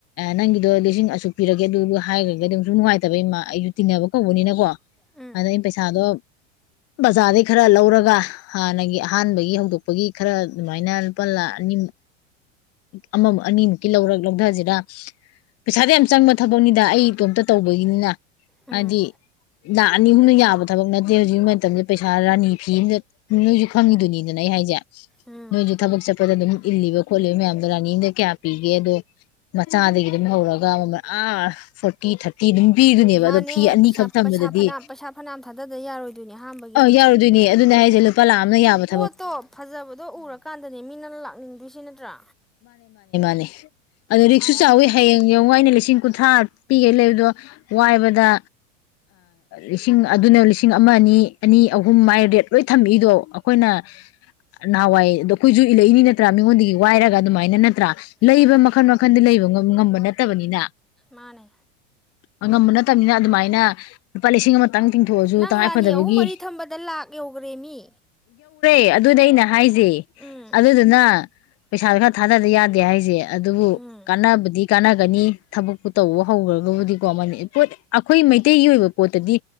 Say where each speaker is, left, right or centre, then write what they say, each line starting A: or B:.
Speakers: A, on the left (about 40°); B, in the centre.
A: ꯅꯪꯒꯤꯗꯣ ꯂꯤꯁꯤꯡ ꯑꯁꯨꯛ ꯄꯤꯔꯒꯦ ꯑꯗꯨꯗꯣ ꯍꯥꯏꯈ꯭ꯔꯒꯗꯤ ꯑꯗꯨ ꯁꯨꯝ ꯅꯨꯡꯉꯥꯏꯇꯕ ꯏꯃ ꯑꯩꯁꯨ ꯇꯤꯅꯕ ꯀꯧꯕꯅꯤꯅꯀꯣ
B: ꯎꯝ ꯎꯝ
A: ꯑꯗꯨꯗ ꯑꯩꯅ ꯄꯩꯁꯥꯗꯣ ꯕꯖꯥꯔꯗꯩ ꯈꯔ ꯂꯧꯔꯒ ꯍꯥꯟꯅꯒꯤ ꯑꯍꯥꯟꯕꯒꯤ ꯍꯧꯗꯣꯛꯄꯒꯤ ꯈꯔ ꯑꯗꯨꯃꯥꯏꯅ ꯂꯨꯄꯥ ꯂꯥ ꯑꯅꯤꯃꯨꯛ ꯑꯃꯃꯨꯛ ꯑꯅꯤꯃꯨꯛꯀꯤ ꯂꯧꯔ ꯂꯧꯊꯁꯤꯔ ꯄꯩꯁꯥꯗꯤ ꯌꯥꯝ ꯆꯪꯕ ꯊꯕꯛꯅꯤꯗ ꯑꯩ ꯏꯇꯣꯝꯇ ꯇꯧꯕꯒꯤꯅꯤꯅ
B: ꯎꯝ
A: ꯍꯥꯏꯗꯤ ꯂꯥ ꯑꯅꯤ ꯑꯍꯨꯝꯅ ꯌꯥꯕ ꯊꯕꯛ ꯅꯠꯇꯦ ꯍꯧꯖꯤꯛꯀꯤ ꯃꯇꯝꯗ ꯄꯩꯁꯥ ꯔꯥꯅꯤ ꯐꯤ ꯑꯃꯗ ꯅꯣꯏꯁꯨ ꯈꯪꯉꯤꯗꯨꯅꯤꯗꯅ ꯑꯩ ꯍꯥꯏꯁꯦ
B: ꯎꯝ
A: ꯅꯣꯏꯁꯨ ꯊꯕꯛ ꯆꯠꯄꯗ ꯑꯗꯨꯝ ꯏꯜꯂꯤꯕ ꯈꯣꯠꯂꯤꯕ ꯃꯌꯥꯝꯗꯣ ꯔꯥꯅꯤꯗ ꯀꯌꯥ ꯄꯤꯒꯦ ꯑꯗꯣ ꯃꯆꯥꯗꯒꯤ ꯑꯗꯨꯝ ꯍꯧꯔꯒ ꯃꯃꯜ ꯑꯥ ꯐꯣꯔꯇꯤ ꯊꯥꯔꯇꯤ ꯑꯗꯨꯝ ꯄꯤꯗꯨꯅꯦꯕ
B: ꯃꯥꯅꯦꯍꯦ
A: ꯑꯗꯣ ꯐꯤ ꯑꯅꯤꯈꯛ
B: ꯄꯩꯁꯥ
A: ꯊꯝꯕꯗꯗꯤ
B: ꯄꯩꯁꯥ ꯐꯅ ꯄꯩꯁꯥ ꯐꯅꯥꯌꯥꯝꯝ ꯊꯥꯗꯗ ꯌꯥꯔꯣꯏꯗꯣꯏꯅꯦ ꯑꯍꯥꯟꯕꯒꯤ
A: ꯑ ꯌꯥꯎꯔꯗꯣꯏꯅꯦꯑ ꯑꯗꯨꯅꯦ ꯑꯩꯁꯦ ꯂꯨꯄꯥ ꯂꯥꯛꯑ ꯑꯃꯅ ꯌꯥꯕꯗ
B: ꯄꯣꯠꯇꯣ ꯐꯖꯕꯗꯣ ꯎꯔꯀꯥꯟꯗꯅꯦ ꯃꯤꯅ ꯂꯥꯛꯅꯤꯡꯗꯣꯏꯁꯤ ꯅꯠꯇ꯭ꯔꯥ
A: ꯑ ꯑꯗꯨ ꯔꯤꯛꯁꯨ
B: ꯃꯥꯏ
A: ꯆꯥꯎꯋꯤ ꯍꯌꯦꯡ ꯌꯦꯡꯉꯨ ꯑꯩꯅ ꯂꯤꯁꯤꯡ ꯀꯨꯟꯊ꯭ꯔꯥ ꯄꯤꯈꯩ ꯂꯩꯕꯗꯣ ꯋꯥꯏꯕꯗ ꯂꯤꯁꯤꯡ ꯑꯗꯨꯅ ꯂꯤꯁꯤꯡ ꯑꯃ ꯑꯅꯤ ꯑꯅꯤ ꯑꯍꯨꯝ ꯃꯥꯏ ꯔꯦꯠ ꯂꯣꯏ ꯊꯝꯃꯛꯏꯗꯣ ꯑꯩꯈꯣꯏꯅ ꯅꯍꯥꯟꯋꯥꯏ ꯑꯗꯣ ꯑꯩꯈꯣꯏꯁꯨ ꯏꯜꯂꯛꯏꯅꯤ ꯅꯠꯇ꯭ꯔꯥ ꯃꯤꯉꯣꯟꯗꯒꯤ ꯋꯥꯏꯔꯒ ꯑꯗꯨꯃꯥꯏꯅ ꯅꯠꯇ꯭ꯔꯥ ꯂꯩꯕ
B: ꯎꯝ
A: ꯃꯈꯟ ꯃꯈꯟꯗ ꯂꯩꯕ ꯉꯝꯕ ꯅꯠꯇꯕꯅꯤꯅ
B: ꯃꯥꯅꯦ
A: ꯑꯉꯝꯕ ꯅꯠꯇꯕꯅꯤꯅ ꯑꯗꯨꯃꯥꯏꯅ ꯂꯨꯄꯥ ꯂꯤꯁꯤꯡ ꯑꯃ ꯈꯤꯇꯪ ꯇꯤꯡꯊꯣꯛꯑꯁꯨ
B: ꯅꯪ
A: ꯇꯉꯥꯏꯐꯗꯕꯒꯤ
B: ꯔꯥꯅꯤ ꯑꯍꯨꯝ ꯃꯔꯤ ꯊꯝꯕꯗ ꯂꯥꯛ ꯌꯧꯈꯔꯦ ꯃꯤ
A: ꯑꯗꯨꯗ ꯑꯩꯅ ꯍꯥꯏꯁꯦ
B: ꯎꯝ
A: ꯑꯗꯨꯗꯨꯅ ꯄꯩꯁꯥꯗ ꯈꯔ ꯊꯥꯗꯗ ꯌꯥꯗꯦ ꯍꯥꯏꯁꯦ ꯑꯗꯨꯕꯨ
B: ꯎꯝ
A: ꯀꯥꯟꯅꯕꯗꯤ ꯀꯥꯟꯅꯒꯅꯤ ꯊꯕꯛꯄꯨ ꯇꯧꯕ ꯍꯧꯈ꯭ꯔꯒꯕꯨꯗꯤꯀꯣ ꯄꯣ ꯑꯩꯈꯣꯏ ꯃꯩꯇꯩꯒꯤ ꯑꯣꯏꯕ ꯄꯣꯠꯇꯗꯤ